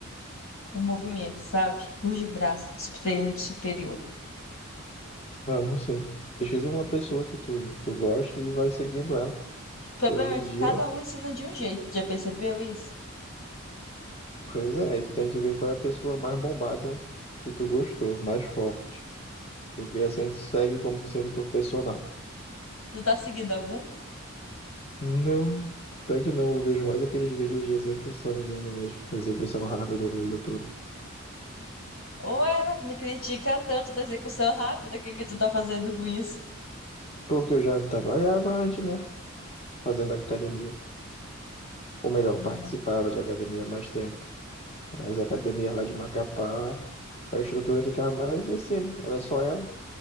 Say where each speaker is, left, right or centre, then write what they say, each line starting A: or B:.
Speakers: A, on the left (about 85°); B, on the left (about 30°).
A: o movimento, sabe? Os de braço, de treino de superior.
B: Não, não sei. Pesquisa uma pessoa que tu, tu gosta e vai seguindo ela.
A: O problema
B: Hoje em
A: é que
B: dia,
A: cada um ensina de um jeito. Já percebeu isso?
B: Pois é, aí tu tem que ver qual é a pessoa mais bombada que tu gostou, mais forte. Porque assim tu segue como sendo teu personal.
A: Tu tá seguindo algum?
B: Não, até que não eu vejo mais aqueles vídeos de execuçãozinho mesmo, execução rápida do YouTube.
A: Ou é, mas tu me critica tanto da execução rápida, o que que tu tá fazendo com isso?
B: Porque eu já trabalhava antes, né? Fazendo academia. Ou melhor,
A: Hum.
B: participava de academia há mais tempo. As academias lá de Macapá, a estrutura ficava mais em cima, era só ela.